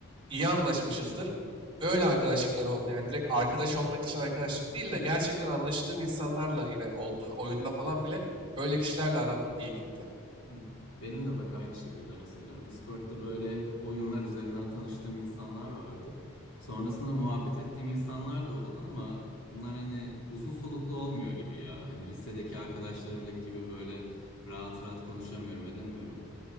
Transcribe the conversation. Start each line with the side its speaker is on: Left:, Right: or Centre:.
Right: iyi anlaşmışızdır. Öyle arkadaşlıklar oldu. Yani direkt arkadaş olmak için arkadaşlık değil de gerçekten anlaştığım insanlarla yine oldu. Oyunda falan bile öyle kişilerle aram iyi gitti.
Left: hı hı. Benim de bak aynı şekilde mesela Discord'da böyle hep oyunlar üzerinden tanıştığım insanlar vardı. Sonrasında muhabbet ettiğim insanlar da oldu ama bunlar hani uzun soluklu olmuyor gibi ya. Hani lisedeki arkadaşlarımdaki gibi böyle rahat rahat konuşamıyorum, edemiyorum.